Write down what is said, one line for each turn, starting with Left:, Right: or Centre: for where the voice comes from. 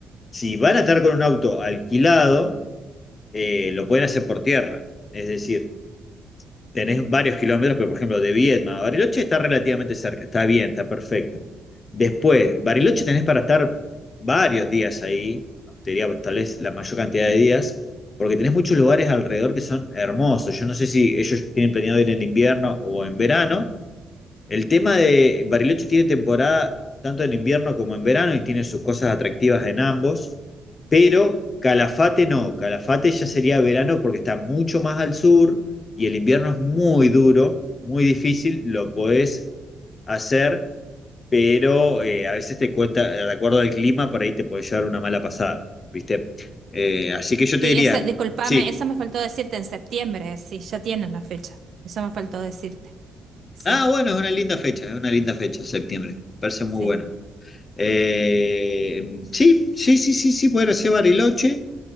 Left: si van a estar con un auto alquilado, eh, lo pueden hacer por tierra, es decir tenés varios kilómetros, pero por ejemplo de Viedma a Bariloche está relativamente cerca, está bien, está perfecto. Después, Bariloche tenés para estar varios días ahí, te diría pues, tal vez la mayor cantidad de días, porque tenés muchos lugares alrededor que son hermosos. Yo no sé si ellos tienen planeado ir en invierno o en verano, el tema de Bariloche tiene temporada tanto en invierno como en verano y tiene sus cosas atractivas en ambos, pero Calafate no, Calafate ya sería verano porque está mucho más al sur y el invierno es muy duro, muy difícil, lo podés hacer, pero eh, a veces te cuenta, de acuerdo al clima, por ahí te puede llevar una mala pasada, ¿viste? Eh, así que yo te
Right: Sí,
Left: diría,
Right: esa, discúlpame,
Left: sí.
Right: eso me faltó decirte en septiembre. Sí, ya tienen la fecha. Eso me faltó decirte. Sí,
Left: Ah, bueno, es una linda fecha, es una linda fecha, septiembre, me parece muy
Right: sí.
Left: bueno. Eh, sí, sí, sí, sí, sí, poder hacer Bariloche.